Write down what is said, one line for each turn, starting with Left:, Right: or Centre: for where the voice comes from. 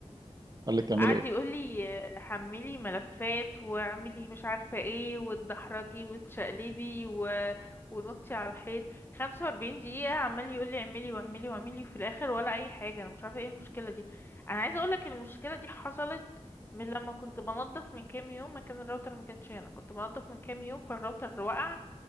Right: قال لك تعملي
Left: قعد
Right: ايه
Left: يقول لي حملي ملفات واعملي مش عارفه ايه وتدحرجي وتشقلبي و... ونطي على الحيط 45 دقيقه عمال يقول لي اعملي واعملي واعملي وفي الاخر ولا اي حاجه انا مش عارفه ايه المشكله دي انا عايزه اقول لك المشكله دي حصلت من لما كنت بنظف من كام يوم مكان الراوتر ما كانش هنا كنت بنظف من كام يوم فالراوتر وقع